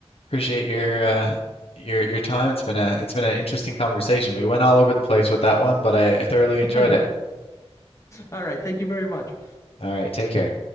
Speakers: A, on the left; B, on the left.
A: appreciate your uh, your your time. It's been a it's been an interesting conversation. We went all over the place with that one, but I, I thoroughly enjoyed
B: Yeah.
A: it.
B: All right. Thank you very much.
A: All right, take care.